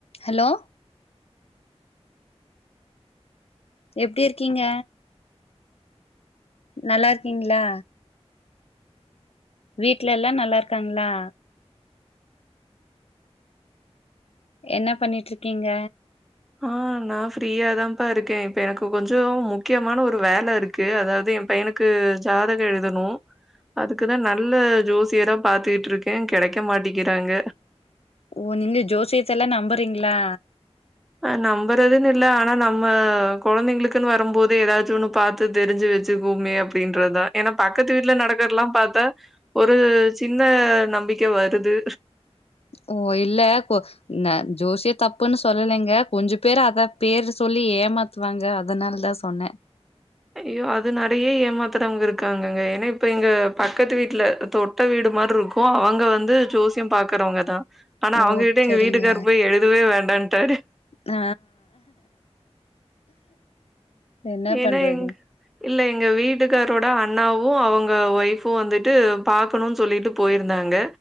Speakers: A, on the left; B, in the centre.
A: Hello எப்டி இருக்கீங்க நல்லா இருக்கீங்களா வீட்ல எல்லா நல்லா இருக்காங்களா என்ன பண்ணிட்டு இருக்கீங்க
B: ஆ நா ஃப்ரீயா தாப்பா இருக்கே இப்ப எனக்கு கொஞ்சோ முக்கியமான ஒரு வேல ருக் கு அதாவது எ பையனுக்கு ஜாதக எழுதணு அதுக்குதா நல்ல ஜோசியரா பாத்துக்கிட்ருக்கே கெடைக்க மாட்டிக்கிறாங்க
A: ஒன்னு ஜோசியத்தல்லா நம்புறீங்களா
B: அ நம்புறதுனுல்ல ஆனா நம்ம கொழந்தைங்களுக்குன் வரும்போது எதாச்சு ஒன்னு பாத் து தெரிஞ்சி வெச்சுக்கோமே அப்டின்றத ஏனா பக்கத்து வீட்ல நடக்கிறலா பாத்தா ஒரு சின்ன நம்பிக்க வருது
A: ஓ இல்ல கொ ந ஜோசிய தப்புன்னு சொல்லலைங்க கொஞ்ச பேரு அத பேரு சொல்லி ஏமாத் து வாங்க அதனால தா சொன்னே
B: ஐயோ அது நெறையா ஏமாத்தறவங்க இருக்காங்கங்க ஏனா இப்ப இங்க பக்கத்து வீட்ல தொ ட்ட வீடு மார்ருக்கு அவங்க வந்து ஜோசியம் பாக்குறவங்கதா ஆனா
A: ஓ
B: அவங்க கிட்ட எங்க
A: சரிங்க
B: வீட்டுக்காரு போய் எழுதுவே வேண்டான்ட்டாரு
A: ஆ என்ன
B: ஏனா
A: பண்றது
B: எங் இல்ல எங்க வீட்டுக்காரோட அண்ணாவு அவுங்க ஒய்ஃபு வந்துட்டு பாக்கணுன் சொல்லிட்டு போயிருந்தாங்க